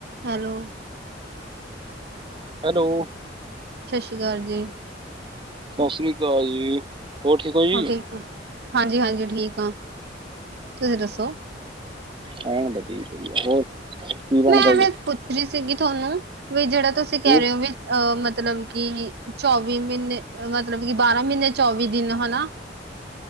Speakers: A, on the right (about 60°); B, on the right (about 30°).
A: Hello
B: hello
A: ਸਤਿ ਸ੍ਰੀ ਅਕਾਲ ਜੀ
B: ਸਤਿ ਸ੍ਰੀ ਅਕਾਲ ਜੀ ਠੀਕ ਹੋ ਜੀ?
A: ਹੋਰ ਠੀਕ ਆ ਹਾਂਜੀ ਹਾਂਜੀ ਠੀਕ ਆ ਤੁਸੀਂ ਦੱਸੋ
B: ਹੈ ਵਧੀਆ ਵਧੀਆ ਹੋਰ ਕੀ ਬਣਦਾ
A: ਮੈਂ ਐਵੇਂ
B: ਜੀ?
A: ਪੁੱਛ ਰਹੀ ਸੀਗੀ ਤੁਹਾਨੂੰ ਵੀ ਜਿਹੜਾ ਤੁਸੀਂ ਕਹਿ
B: ਹੂੰ,
A: ਰਹੇ ਹੋ ਵੀ ਅਹ ਮਤਲਬ ਕਿ ਚੌਵੀ ਮਹੀਨੇ ਮਤਲਬ ਕਿ ਬਾਰਾਂ ਮਹੀਨੇ ਚੌਵੀ ਦਿਨ ਹਨਾ